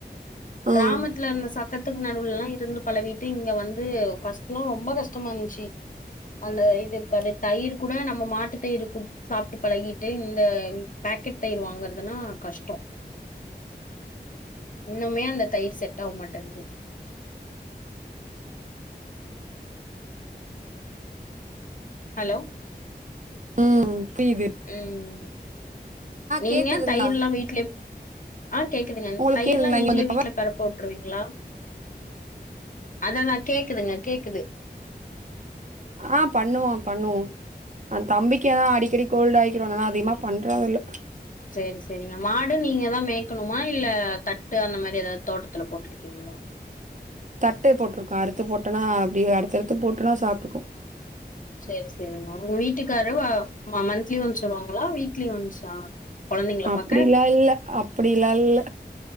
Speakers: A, on the left (about 50°); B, on the right (about 45°).
A: கிராமத்துல
B: ம்
A: இருந்த சத்தத்துக்கு நடுவுலல்லா இருந்து பழகிட்டு இங்க வந்து ஃபர்ஸ்ட்லா ரொம்ப கஷ்டமா இருந்ச்சி அந்த இது இருக்காது தயிர் கூட நம்ம மாட்டு தயிர் குடி சாப்ட்டு பழகிட்டு இந்த பேக்கெட் தயிர் வாங்கறதுனா கஷ்டோ இன்னுமே அந்த தயிர் செட் ஆவ மாட்டேன்து ஹலோ
B: ம் புய்து
A: ம் நீங்க
B: கேக்குதுங்களா
A: தயிர்ல்லா வீட்ல ஆ கேக்குதுங்க
B: உங்களுக்கு
A: தயிர்லா
B: கேக்குதுங்களா
A: நீங்களே
B: இங்க கொஞ்சோ
A: வீட்டுல
B: டவர்
A: பெற போட்டுருவீங்களா அததா கேக்குதுங்க கேக்குது
B: ஆ பண்ணுவா பண்ணுவோ அந் தம்பிக்கு தா அடிக்கடி கோல்டு ஆயிக்கிறோனா அதிகமா பண்றதுல்ல
A: செரி செரிங்க மாடு நீங்க தா மேய்கணுமா இல்ல தட்டு அந்த மாரி எதாவது தோட்டத்துல போட்டு இருக்கீங்களா
B: தட்டு போட்ருக்கோ அறுத்து போட்டோனா அப்டியே அறுத்தறுத்து போட்டனா சாப்ட்டுக்கு
A: சரி சரிங்க உங்க வீட்டுக்காரவ மந்த்லி ஒன்ஸ் வருவாங்களா வீக்லி ஒன்ஸா கொழந்தைங்கள
B: அப்டிலா
A: பாக்க
B: இல்ல அப்டில்லா இல்ல